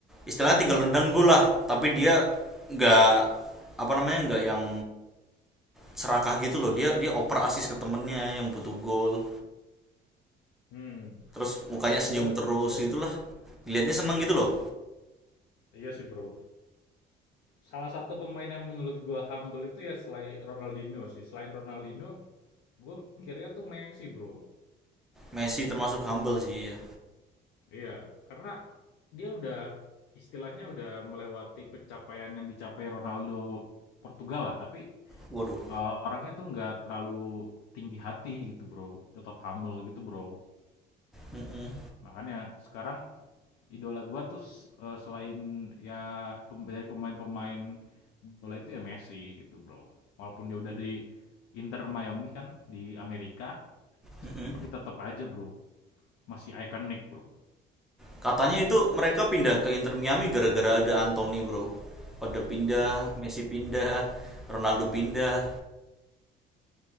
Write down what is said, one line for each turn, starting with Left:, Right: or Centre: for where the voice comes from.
Centre: istilahnya tinggal nendang gol lah, tapi dia nggak apa namanya nggak yang serakah gitu loh, dia dia oper asis ke temennya yang butuh gol.
Left: Hmm,
Centre: Terus mukanya senyum
Left: dia,
Centre: terus
Left: iya,
Centre: gitulah.
Left: iya.
Centre: Dilihatnya seneng gitu loh.
Left: Iya sih bro. Salah satu pemain yang menurut gue humble itu ya selain Ronaldinho sih. Selain Ronaldinho, gue mikirnya tuh Messi, Bro.
Centre: Messi termasuk humble sih ya.
Left: Iya, karena dia udah istilahnya udah melewati pencapaian yang dicapai Ronaldo Portugal lah, tapi
Centre: Waduh.
Left: eh, orangnya tuh nggak terlalu tinggi hati gitu, Bro. Tetap humble gitu, Bro.
Centre: Mm-mm,
Left: Makanya sekarang idola gue tuh s- eh, selain ya pem- dari pemain-pemain bola itu ya Messi gitu, Bro. Walaupun dia udah di Inter Miami kan di Amerika,
Centre: mm-mm.
Left: tapi tetap aja, Bro. Masih ikonik, Bro.
Centre: Katanya itu mereka pindah ke Inter Miami gara-gara ada Anthony, Bro. Pada pindah, Messi pindah, Ronaldo pindah.